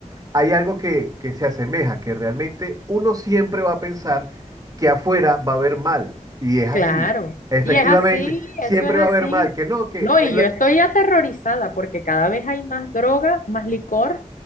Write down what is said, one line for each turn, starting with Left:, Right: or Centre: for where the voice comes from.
Right: hay algo que, que se asemeja, que realmente uno siempre va a pensar que afuera va a haber mal, y es así.
Left: Claro,
Right: Efectivamente,
Left: y es así,
Right: siempre
Left: eso es así.
Right: va a haber mal, que no, que...
Left: No, y
Right: en
Left: yo
Right: la-
Left: estoy aterrorizada porque cada vez hay más droga, más licor,